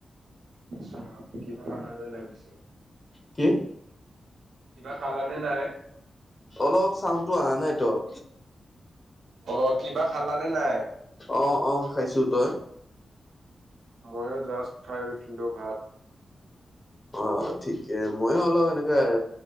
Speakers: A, on the right; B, on the left.
A: আচ্ছা কিবা লাগা যে লাগিছে।
B: কি?
A: কিবা খালানে নে নাই?
B: অলপ চাউণ্ডো আহা নাই তৰ?
A: অ, কিবা খালানে নাই?
B: অ', অ', খাইছো তই?
A: ময়ো জাষ্ট খাই উঠলোঁ ভাত।
B: অ, ঠিকে মইও অলপ এনেকে